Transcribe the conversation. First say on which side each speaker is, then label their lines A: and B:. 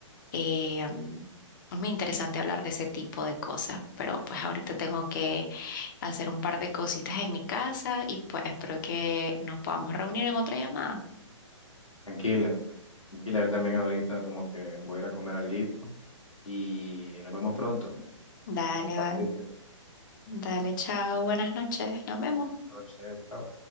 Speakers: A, on the left; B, on the left.
A: Eh, mm, es muy interesante hablar de ese tipo de cosas, pero pues ahorita tengo que hacer un par de cositas en mi casa y pues espero que nos podamos reunir en otra llamada.
B: Tranquila, tranquila, yo también ahorita como que voy a ir a comer alguito y nos vemos pronto.
A: Dale,
B: Chao,
A: vale.
B: Richard.
A: Dale, chao, buenas noches, nos vemos.
B: Buenas noches, chao.